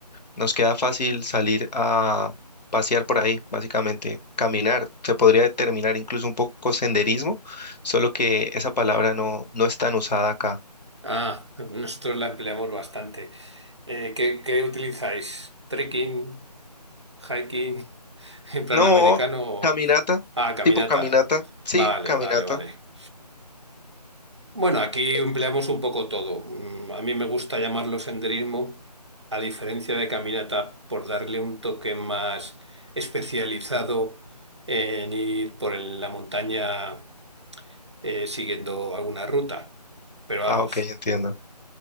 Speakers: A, on the left; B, on the right.
A: nos queda fácil salir a pasear por ahí, básicamente, caminar. Se podría determinar incluso un poco senderismo, solo que esa palabra no, no es tan usada acá.
B: Ah, nosotros la empleamos bastante. Eh, ¿qué, qué utilizáis? ¿Trekking, hiking, <laughs> en plan
A: No,
B: americano o
A: caminata,
B: ah, caminata?
A: tipo caminata, sí,
B: Vale,
A: caminata.
B: vale, vale. Bueno, aquí
A: Eh,
B: empleamos un poco todo. Mm, A mí me gusta llamarlo senderismo, a diferencia de caminata, por darle un toque más especializado en ir por el- la montaña eh, siguiendo alguna ruta. Pero vamos,
A: Ah, ok, entiendo.